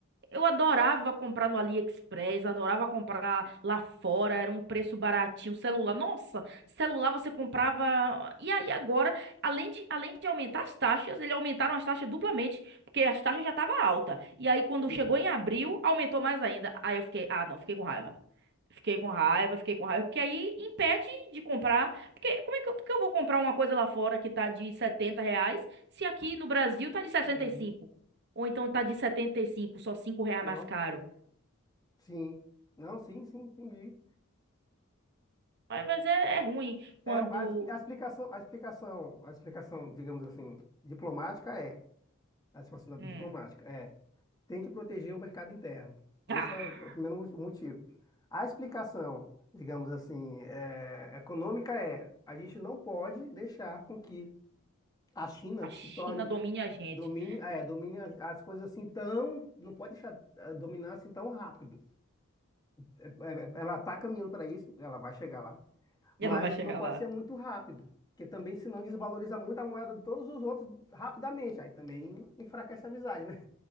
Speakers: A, on the right; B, on the left.
A: Eu adorava comprar no AliExpress, adorava comprar lá fora, era um preço baratinho. Celular, nossa, celular você comprava. E aí agora, além de, além de aumentar as taxas, eles aumentaram as taxas duplamente, porque as taxas já estavam alta. E aí quando
B: Sim.
A: chegou em abril, aumentou mais ainda. Aí eu fiquei, ah, não, fiquei com raiva. Fiquei com raiva, fiquei com raiva, porque aí impede de comprar. Porque como é que eu, porque eu vou comprar uma coisa lá fora que tá de 70 reais, se aqui no Brasil tá de sessenta
B: Uhum.
A: e cinco Ou então tá de setenta e cinco só cinco reais
B: Não,
A: mais caro.
B: sim. Não, sim, sim, entendi.
A: Mas, mas é, é ruim quando
B: É, a, a explicação, a explicação, a explicação, digamos assim, diplomática é, a explicação da-
A: hum,
B: diplomática é tem que proteger o mercado interno.
A: ah,
B: Esse é o primeiro mo- motivo. A explicação, digamos assim, é, econômica é a gente não pode deixar com que a China
A: a China
B: se torne,
A: domina a gente.
B: domine,
A: <laughs>
B: é, domine as, as coisas assim tão, não pode deixar eh, dominar assim tão rápido. É, é, Ela está caminhando para isso, ela vai chegar lá,
A: E
B: mas
A: ela vai chegar
B: não pode
A: lá.
B: ser muito rápido. Porque também, senão, desvaloriza muito a moeda de todos os outros rapidamente. Aí também enfraquece a amizade, né?